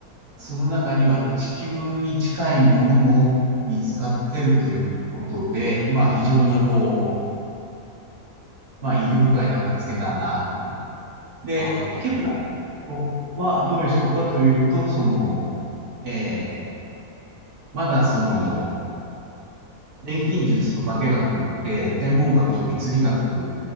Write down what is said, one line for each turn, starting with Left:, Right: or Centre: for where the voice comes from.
Right: その中には地球に近いものも見つかってるということで、まあ非常にこう、
Left: なるほど。
Right: まあ意義深い名前をつけたなという。で、
Left: ああ、なるほど。
Right: ケプラはどういう人かというと、その、えーまだその、錬金術と化学、えー天文学と物理学、